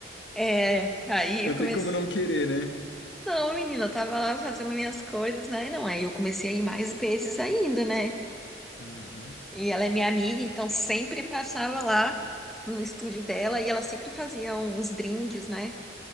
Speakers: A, in the centre; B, on the left.
A: É, aí
B: Não
A: eu comecei.
B: tem como não querer, né?
A: Não, menina, eu tava lá fazendo minhas coisas, né? Não, aí eu comecei a ir mais vezes ainda, né?
B: Aham.
A: E ela é minha amiga, então sempre passava lá no estúdio dela e ela sempre fazia uns drinks, né?